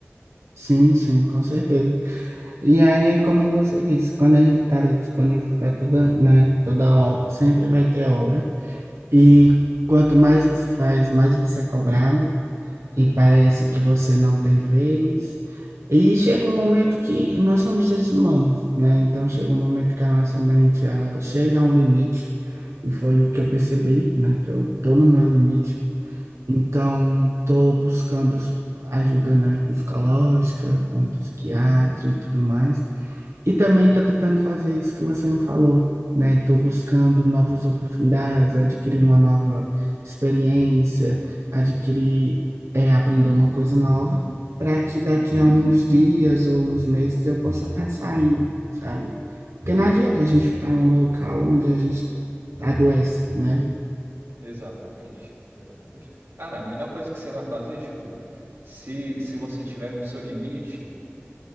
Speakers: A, on the right (about 80°); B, on the right (about 65°).
A: Sim, sim, com certeza. E aí é como você disse, quando a gente está ali disponível para toda, né, toda obra, sempre vai ter obra. E quanto mais você faz, mais você é cobrado e parece
B: Sim.
A: que você não tem vez. E chega um momento que nós somos seres humanos, né? Então chega um momento que a nossa mente ela chega a um limite e foi o que eu percebi, né? Que eu tô no meu limite. Então, estou buscando ajuda, né, psicológica, com psiquiatra e tudo mais. E também estou tentando fazer isso que você me falou, né? Estou buscando novas oportunidades, adquirir uma nova experiência, adquirir, é, aprender uma coisa nova, para que daqui
B: Sim,
A: a uns dias ou uns meses eu possa estar saindo, sabe? Porque não adianta a gente ficar em um local onde a gente adoece, né?
B: exatamente, exatamente. Cara, a melhor coisa que você vai fazer, tipo, se, se você tiver no seu limite,